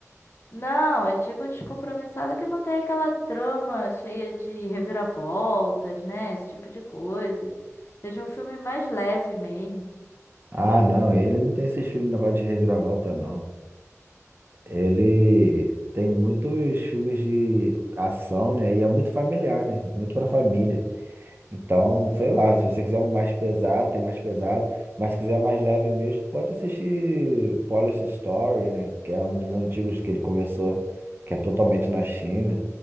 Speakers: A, on the left; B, on the right.
A: Não, eu digo descompromissada que não tem aquela trama cheia de reviravoltas, né? Esse tipo de coisa. Seja um filme mais leve mesmo.
B: Ah, não, ele não tem esses filmes de negócio de reviravolta, não. Ele tem muitos filmes de ação, né? E é muito familiar, né? Muito pra família. Então, sei lá, se você quiser um mais pesado, tem mais pesado, mas se quiser mais leve mesmo, pode assistir Police Story, né? Que é um dos antigos que ele começou, que é totalmente na China,